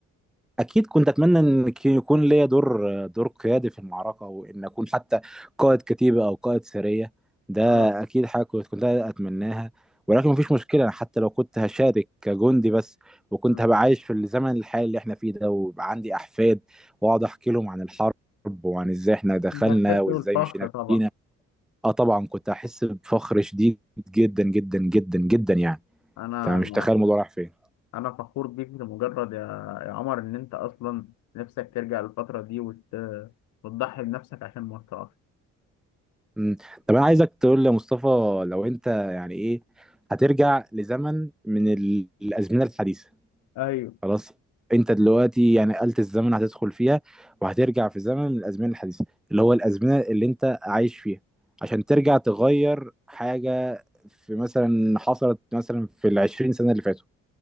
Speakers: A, in the centre; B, on the left.
A: اكيد كنت اتمنى ان ك- يكون ليا دور دور قيادي في المعركه وان اكون حتى قائد كتيبه او قائد سريه ده
B: اه
A: اكيد حاجه كنت كنت اتمناها ولكن مفيش مشكله أنا حتى لو كنت هشارك كجندي بس وكنت
B: آه.
A: هبقى عايش في الزمن الحالي اللي احنا فيه ده ويبقى عندي احفاد واقعد احكي لهم عن الحرب وعن ازاي احنا دخلنا
B: انت هتحس
A: وازاي
B: بالفخر
A: مشينا
B: طبعا
A: فينا اه طبعا كنت هحس بفخر شديد جدا جدا جدا جدا يعني
B: انا
A: انت مش تخيل الموضوع راح فين
B: انا فخور بيك لمجرد يا يا عمر ان انت اصلا نفسك ترجع للفتره دي وت... وتضحي بنفسك عشان مصر اصلا
A: مم. طب انا عايزك تقول لي يا مصطفى لو انت يعني ايه هترجع لزمن من ال- الازمنه الحديثه
B: ايوه
A: خلاص انت دلوقتي يعني آلة الزمن هتدخل فيها وهترجع في زمن من الازمنه الحديثه اللي هو الازمنه اللي انت عايش فيها عشان ترجع تغير حاجه في مثلا حصلت مثلا في العشرين سنه اللي فاتوا